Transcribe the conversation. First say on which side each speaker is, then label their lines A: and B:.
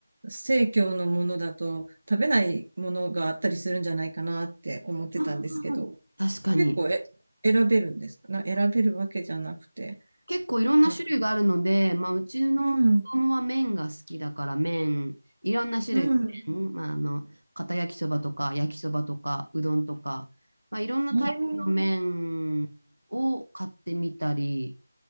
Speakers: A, on the right; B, on the right.
A: 生協のものだと食べないものがあったりするんじゃないかなって思ってたんですけど。
B: あ確かに。
A: 結構え、選べるんですかな、選べるわけじゃなくて。
B: 結構いろんな種類があるので、
A: なんか、
B: まあ、うちの子供は麺が好きだから麺、
A: うん、
B: いろんな種類の麺、
A: うん。
B: まあ、あの、片焼きそばとか焼きそばとかうどんとか、まあ、いろんなタイプの麺を買ってみたり、
A: ああ、